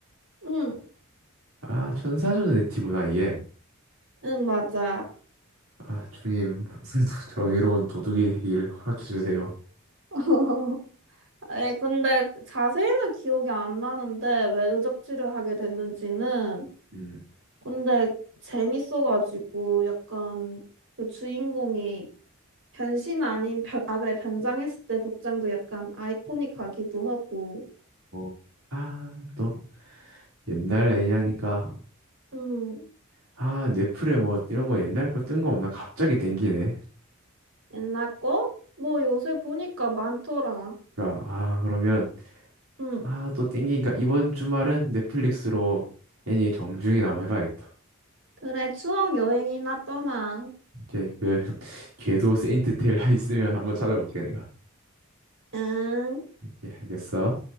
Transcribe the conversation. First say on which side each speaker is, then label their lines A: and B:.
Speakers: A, on the right; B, on the right.
A: 응.
B: 아 천사전의 네티구나 이게
A: 응, 맞아.
B: 아 주님 <laughs> 오늘도 정의로운 도둑이 되길 허락해 주세요
A: <laughs> 에 근데 자세히는 기억이 안 나는데 왜 의적지를 하게 됐는지는
B: 음
A: 근데 재밌어가지고 약간 그 주인공이 변신 아닌 변, 아 그래 변장했을 때 복장도 약간 아이코닉하기도 하고
B: 어아또 옛날 애니 하니까
A: 응
B: 아 넷플에 뭐 이런 거 옛날 거 뜬 거 없나 갑자기 땡기네.
A: 옛날 거? 뭐 요새 보니까 많더라.
B: 그러니까 아 그러면
A: 응
B: 아 또 땡기니까 이번 주말은 넷플릭스로 애니 정중이나 한번 해봐야겠다.
A: 그래 추억 여행이나 떠나.
B: 오케이 그 <laughs> 궤도 세인트 테일 <laughs> 있으면 한번 찾아볼게 내가.
A: 응.
B: 오케이 알겠어.